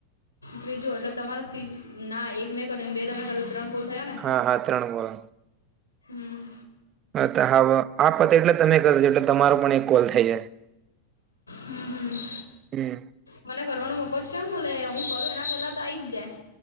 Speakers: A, on the left; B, on the right.
A: ત્રીજો એટલે તમારા ત્રી ના એક મેં કર્યું બે તમે કર્યું ત્રણ કોલ થયા ને.
B: હા હા ત્રણ કોલ.
A: હમ
B: હા હા આપ પતે એટલે તમે કરજો એટલે તમારો પણ એક કોલ થઈ જાય.
A: હમ હમ
B: હમ્મ.
A: મને ઘરવાનું મોકો ક્યાં મલે હું કરું એના પેલા તો આઈ જ જાય.